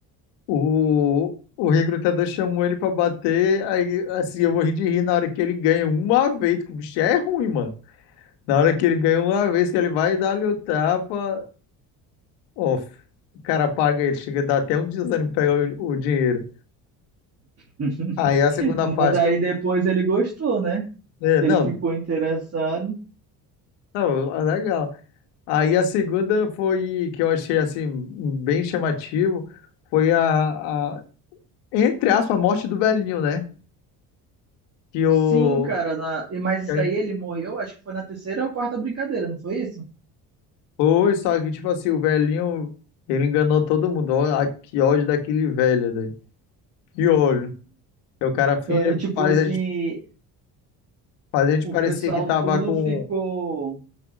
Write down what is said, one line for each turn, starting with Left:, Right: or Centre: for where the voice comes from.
Left: o, o recrutador chamou ele pra bater, aí assim, eu morri de rir na hora que ele ganha uma vez, que o bicho é ruim, mano. Na hora que ele ganha uma vez, que ele vai dar-lhe o tapa, off. O cara paga ele, chega a dar até um desânimo pra pegar o, o dinheiro.
Right: <laughs>
Left: Aí a segunda parte
Right: Mas aí
Left: que eu.
Right: depois ele gostou, né?
Left: é,
Right: Ele
Left: não,
Right: ficou interessado.
Left: não, ah, legal. Aí a segunda foi que eu achei assim, bem chamativo, foi a, a entre aspas, a morte do velhinho, né? que o
Right: Sim, cara, na... e- mas isso
Left: que
Right: daí ele morreu, acho que foi na terceira ou quarta brincadeira, não foi isso?
Left: foi, só que tipo assim, o velhinho, ele enganou todo mundo. Ó, a- que ódio daquele velho dele. Que ódio. Aí O cara finge,
Right: É, tipo
Left: faz
Right: assim,
Left: a gente, faz a gente
Right: o
Left: parecer
Right: pessoal
Left: que tava
Right: tudo
Left: com.
Right: ficou.